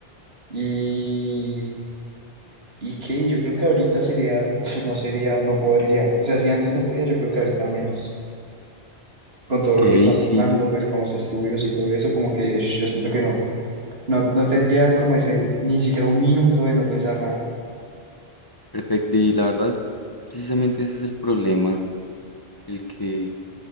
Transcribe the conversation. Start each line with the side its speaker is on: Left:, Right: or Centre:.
Right: Y, y que yo creo que ahorita sería, <laughs> no sería, no podría, o sea, si antes no podía, yo creo que ahorita menos. con todo
Left: Ok,
Right: lo que está
Left: sí,
Right: pasando, pues con los estudios y todo eso, como que sh, yo siento que no, no, no tendría como ese, ni siquiera un minuto de no pensar nada.
Left: perfecto. Y la verdad, precisamente ese es el problema, el que